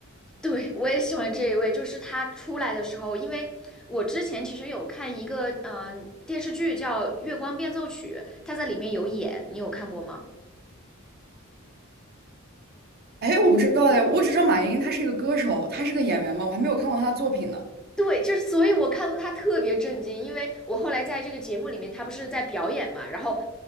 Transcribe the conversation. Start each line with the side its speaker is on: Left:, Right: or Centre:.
Centre: 对，我也喜欢这一位，就是她出来的时候，因为我之前其实有看一个嗯、呃电视剧叫《月光变奏曲》，她在里面有演，你有看过吗？
Right: 哎，我不知道哎，我只知道马莹她是一个歌手，她是个演员吗？我还没有看过她的作品呢。
Centre: 对，就是，所以我看到他特别震惊，因为我后来在这个节目里面，他不是在表演嘛，然后